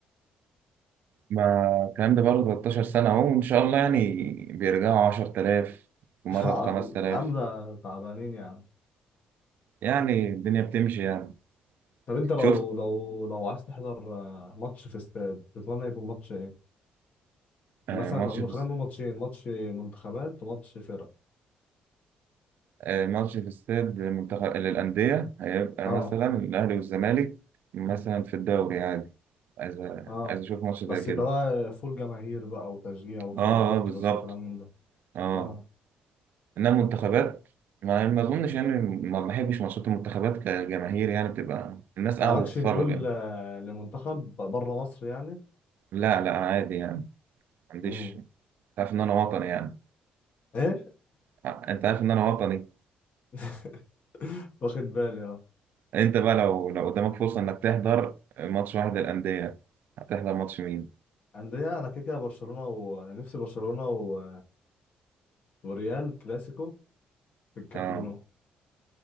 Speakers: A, on the right (about 70°); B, on the left (about 55°).
A: ما الكلام ده بقاله 13 سنة أهو وإن شاء الله يعني بيرجعوا 10000 ومرة
B: <laughs>
A: ب 5000
B: عاملة تعبانين يعني
A: يعني الدنيا بتمشي يعني
B: طب أنت لو
A: شفت
B: لو لو عايز تحضر آه، ماتش في استاد تتمنى يكون ماتش إيه؟
A: آه،
B: مثلا
A: ماتش
B: نقول-
A: في
B: خلينا نقول ماتشين ماتش منتخبات وماتش فرق
A: آه، ماتش في استاد منتخب للأندية هيبقى
B: اه
A: مثلا الأهلي والزمالك مثلا في الدوري عادي عايز
B: اه
A: عايز أشوف ماتش زي
B: بس
A: كده
B: يبقى بقى فول جماهير بقى وتشجيع وكلام
A: أه
B: ألتراس
A: أه بالظبط
B: وكلام من ده
A: أه
B: اه
A: إنما المنتخبات ما ما أظنش يعني ما بحبش ماتشات المنتخبات كجماهير يعني بتبقى الناس
B: مالكش
A: قاعدة تتفرج
B: ميول
A: يعني
B: آه، لمنتخب بره مصر يعني
A: لا لا عادي يعني ما عنديش
B: امم
A: تعرف إن أنا وطني يعني
B: ايه
A: آه، انت عارف ان انا وطني
B: <laughs> واخد بالي اه
A: انت بقى لو لو قدامك فرصة انك تحضر ماتش واحد للأندية هتحضر ماتش مين؟
B: انديه انا كده كده برشلونه ونفسي برشلونه و... وريال كلاسيكو في الكامب
A: اه
B: نو